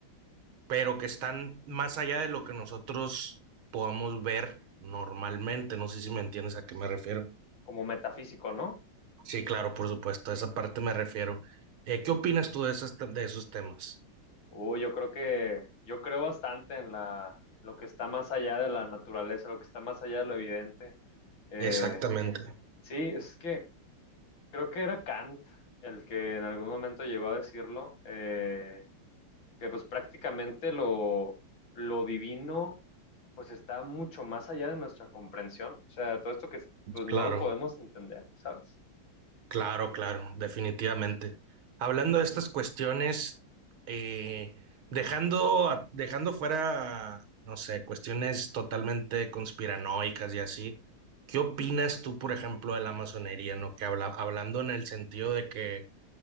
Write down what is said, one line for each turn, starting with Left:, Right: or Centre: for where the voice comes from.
Right: pero que están más allá de lo que nosotros podemos ver normalmente. No sé si me entiendes a qué me refiero.
Left: como metafísico, ¿no?
Right: Sí, claro, por supuesto, a esa parte me refiero. Eh, ¿qué opinas tú de esas- de esos temas?
Left: Uh, yo creo que, yo creo bastante en la, lo que está más allá de la naturaleza, lo que está más allá de lo evidente. Eh,
Right: Exactamente,
Left: sí, es que creo que era Kant el que en algún momento llegó a decirlo, eh, que pues prácticamente lo, lo divino pues está mucho más allá de nuestra comprensión. O sea, todo esto que pues no
Right: claro.
Left: lo podemos entender, ¿sabes?
Right: Claro, claro, definitivamente. Hablando de estas cuestiones, eh, dejando, a- dejando fuera, no sé, cuestiones totalmente conspiranoicas y así, ¿qué opinas tú, por ejemplo, de la masonería, no? Que habla, hablando en el sentido de que